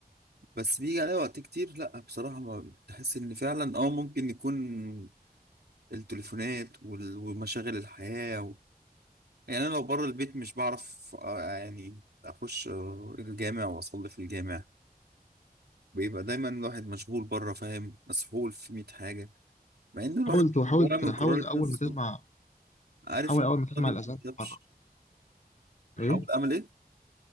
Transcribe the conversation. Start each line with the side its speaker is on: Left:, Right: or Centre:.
Right: بس بيجي عليا وقت كتير لا بصراحه ما بتحس ان فعلا اه ممكن يكون التليفونات وال- ومشاغل الحياه يعني انا لو بره البيت مش بعرف آه، يعني اخش آه، الجامع واصلي في الجامع بيبقى دايما الواحد مشغول بره فاهم مسحول في 100 حاجه مع ان الواحد
Left: حاول حاول
Right: جواه من قرارة
Left: حاول أول
Right: نفسه
Left: ما تسمع
Right: عارف
Left: حاول
Right: ان
Left: أول ما
Right: القرار
Left: تسمع
Right: دي
Left: الأذان
Right: ما بتكتبش
Left: تتحرك
Right: بحاول
Left: إيه
Right: اعمل ايه